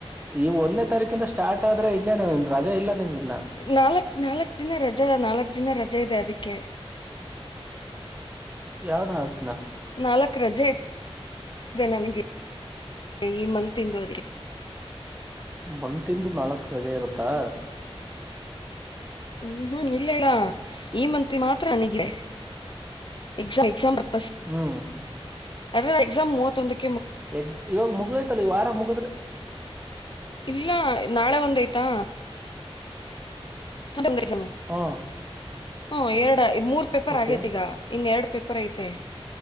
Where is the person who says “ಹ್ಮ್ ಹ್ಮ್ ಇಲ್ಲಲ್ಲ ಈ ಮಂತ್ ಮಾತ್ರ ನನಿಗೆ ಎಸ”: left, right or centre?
Left